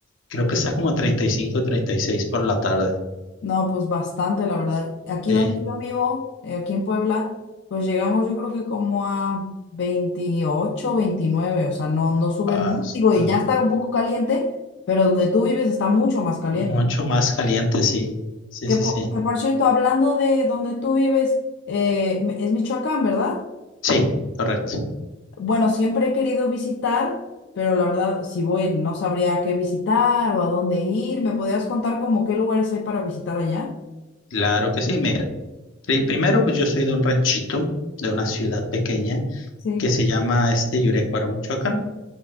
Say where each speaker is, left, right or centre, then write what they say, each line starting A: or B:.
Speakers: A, on the left (about 80°); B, on the left (about 60°).
A: creo que está como treinta treinta y cinco, treinta y seis por la tarde.
B: No, pues bastante, la verdad. Aquí
A: Sí.
B: donde yo vivo, eh, aquí en Puebla, pues llegamos yo creo que como a 28, 29, o sea, no, no sube
A: Ah,
B: más.
A: está
B: Digo, y ya está un poco caliente, pero donde tú vives está mucho más caliente.
A: mucho más caliente, sí. Sí,
B: Que
A: sí,
B: por,
A: sí.
B: que por cierto, hablando de donde tú vives, eh, es Michoacán, ¿verdad?
A: Sí, correcto.
B: Bueno, siempre he querido visitar, pero la verdad, si voy, no sabría qué visitar o a dónde ir. ¿Me podrías contar como qué lugares hay para visitar allá?
A: Claro que sí. Mira, pri- primero pues yo soy de un ranchito, de una ciudad pequeña
B: Sí,
A: que se llama este Yurecuaro, Michoacán.